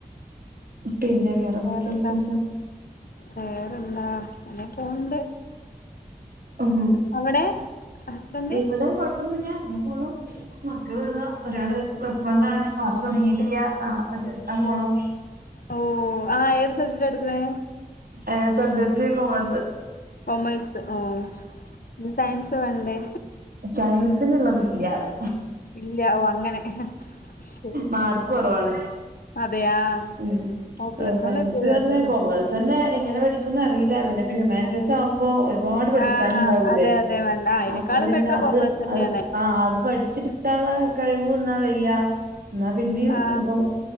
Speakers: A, on the right; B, on the left.
A: പിന്നെ വേറെന്തൊക്കെയാ
B: വേറെന്താ
A: വിശേഷം
B: വേറെന്താ അല്ലേ പോണുണ്ട്
A: ഓഹോ
B: അവിടെ ഹസ്ബൻഡ്
A: ഇവിടെ കൊഴപ്പൊന്നൂല്ല്യ അങ്ങനെ ഫുള്ളും മക്കള് ദാ ഒരാള് പ്ലസ് വണ്ണാണ് ക്ലാസ്സ് തുടങ്ങിട്ടില്ല നാളെപ്പ ചെർത്താൻ പോണം
B: ഓഹ് ആഹ് ഏത് സബ്ജെക്റ്റാ എടുക്കണേ
A: ഏഹ് സബ്ജെക്റ്റ് കോമേഴ്സ്
B: കൊമേഴ്സ് ആഹ് സയൻസ് വേണ്ടേ
A: സയൻസിനുള്ളതില്ലാള്
B: ഇല്ല ഓഹ് അങ്ങനെ ശരി
A: മാർക്ക്
B: ശരി
A: കൊറവാണ്
B: അതെയാ
A: ഉം
B: ഓ പ്ലസ്
A: സയൻസ്
B: വൺ എത്തിയല്ലോ
A: പറഞ്ഞാ
B: അല്ലേല്ലോ
A: കോമേഴ്സ് ഇതെന്നെ എങ്ങനെ പഠിക്കുന്ന് അറിയില്ല പിന്നെ ഹ്യൂമാനിറ്റീസ്
B: അതെ
A: ആവുമ്പോ ഒരുപാട് പഠിക്കാനുണ്ടാവൂലേ
B: ആ അതെ അതെ വേണ്ട ആ അതിനേക്കാളും
A: അപ്പൊ പിന്നെ
B: ബെറ്റർ
A: അത്
B: കൊമേഴ്സ് തന്നെയാണ്
A: അത് അഹ് അത് പഠിച്ചെടുക്കാനുള്ള കഴിവ് ഒന്നാമതില്ലാ എന്നാ പിന്നെയും
B: ആ
A: കോ